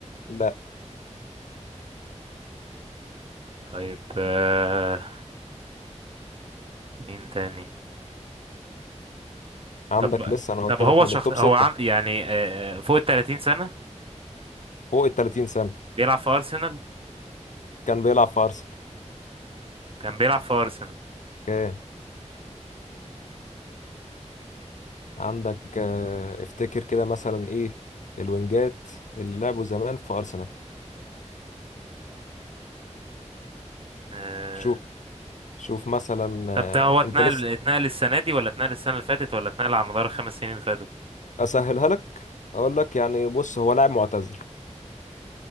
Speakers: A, on the left; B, on the right.
A: لا
B: طيب آه مين تاني
A: عندك
B: طب
A: لسه انا قلت
B: طب هو
A: لك من
B: شخص
A: التوب
B: هو
A: ستة
B: عن... يعني آه آه، فوق ال 30 سنة
A: فوق ال 30 سنة
B: بيلعب في أرسنال
A: كان بيلعب في أرسنال
B: كان بيلعب في أرسنال
A: كان عندك آه، افتكر كده مثلا ايه الوينجات اللي لعبوا زمان في أرسنال
B: آه
A: شوف شوف مثلا آه،
B: طب ده هو اتنقل
A: انت لسه
B: اتنقل السنة دي ولا اتنقل السنة اللي فاتت ولا اتنقل على مدار الخمس سنين اللي فاتوا
A: اسهلها لك اقول لك يعني بص هو لاعب معتزل